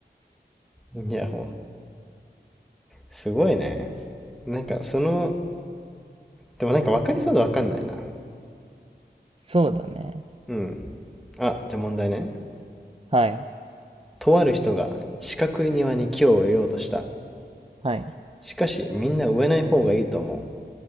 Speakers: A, in the centre; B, on the right.
A: いや、もう、すごいね。なんかその、でもなんか分かりそうで分かんないな。
B: そうだね。
A: うん。あ、じゃあ問題ね。
B: はい。
A: とある人が四角い庭に木を植えようとした。
B: はい。
A: しかし、みんな植えない方がいいと思う。